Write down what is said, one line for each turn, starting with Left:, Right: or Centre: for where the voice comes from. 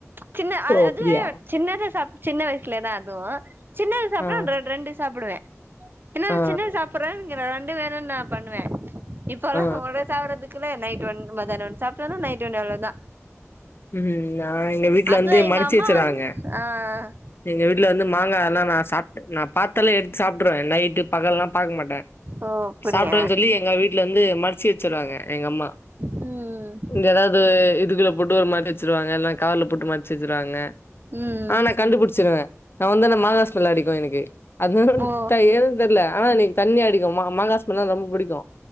Right: சின்ன அதாது
Left: ஓ அப்டியா
Right: சின்னத சாப்ட்ட சின்ன வயசுலேதா அது சின்னது சாப்ட்ட
Left: ஆ
Right: அந்த ரெண் ரெண்டு சாப்பிடுவ என்னா
Left: ஆ
Right: சின்ன சாப்பிடுறான் இங்க ரெண்டு வேறும்தா பண்ணுவ இப்பல்லா
Left: ஆ
Right: ஒடே சாப்பறதுக்குள்ளே நைட்டு ஒண்ணு மதியானோ ஒண்ணு சாப்டோன நைட்டு ஒண்ணு அவ்வளோதா
Left: ம் நா எங்க வீட்ல
Right: அதுவு
Left: வந்து
Right: எங்க
Left: மரச்சு
Right: அம்மா
Left: வச்சிறாங்க
Right: வந்து ஆ
Left: எங்க வீட்ல வந்து மாங்கா எல்லா நா சாப்ட்டு நா பாத்தாலே எடுத்து சாப்டுருவ நைட்டு பகல்லா பாக்க மாட்ட
Right: ஓ அப்டியா
Left: சாப்ட்டன்னு சொல்லி எங்க வீட்டு்ல வந்து மரச்சு வச்சுருறாங்க எங்க அம்மா
Right: ம்
Left: இங்க ஏதாவது இதுக்குள்ள போட்டு ஒரு மறச்சிருவாங்க இல்லன்னா கவர்ல போட்டு மறச்சி வச்சிருவாங்க
Right: ம்
Left: ஆ நா கண்டுபுடிச்சிருவ நா வந்துன மாங்கா ஸ்மல அடிக்கு எனக்கு அது வந்து
Right: ஓ
Left: ஏன்னு தெர்ல ஆனா எனக்கு தண்ணி அடிக்கு மா மாங்கா ஸ்மல்னா ரொம்பா புடிக்கு